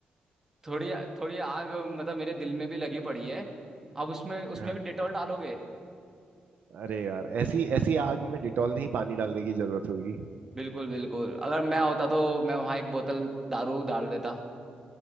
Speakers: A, on the right; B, on the right.
A: थोड़ी थोड़ी आग मतलब मेरे दिल में भी लगी पड़ी है अब उसमें उसमें
B: <laughs> हाँ
A: भी डिटोल डालोगे
B: अरे यार ऐसी ऐसी आग में डिटॉल नहीं पानी डालने की जरूरत होगी
A: बिल्कुल बिल्कुल अगर मैं होता तो मैं वहाँ एक बोतल दारू डाल देता